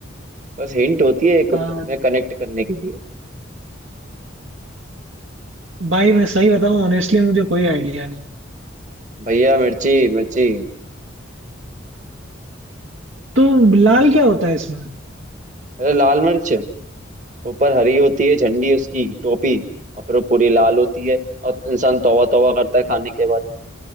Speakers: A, on the right (about 40°); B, on the right (about 80°).
A: बस हिंट होती है एक
B: आ,
A: में कनेक्ट करने के लिए
B: भाई मैं सही बताऊं ऑनेस्टली मुझे कोई आइडिया नहीं
A: भैया मिर्ची मिर्ची
B: तो लाल क्या होता है इसमें
A: अरे लाल मिर्च ऊपर हरी होती है झंडी उसकी टोपी और फिर वो पूरी लाल होती है और इंसान तौबा तौबा करता है खाने के बाद